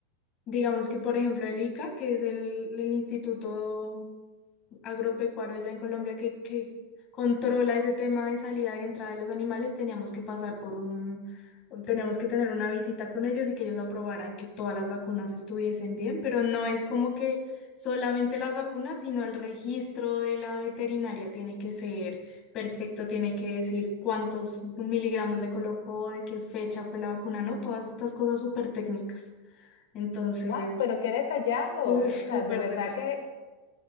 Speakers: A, on the left; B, on the left.
A: digamos que, por ejemplo, el ICA, que es el, el instituto agropecuario allá en Colombia que, que controla ese tema de salida y entrada de los animales, teníamos que pasar por un, teníamos que tener una visita con ellos y que ellos aprobaran que todas las vacunas estuviesen bien, pero no es como que solamente las vacunas, sino el registro de la veterinaria tiene que ser perfecto, tiene que decir cuántos miligramos le colocó, de qué fecha fue la vacuna, ¿no? Todas estas cosas súper técnicas. Entonces,
B: Wow, pero qué detallado.
A: uy,
B: O
A: súper
B: sea, de verdad
A: detalle.
B: que